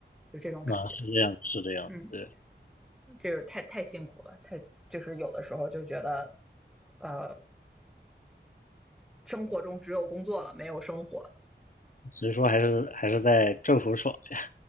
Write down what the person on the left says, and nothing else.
啊是这样是这样，
对，
所以说还是还是在政府爽呀，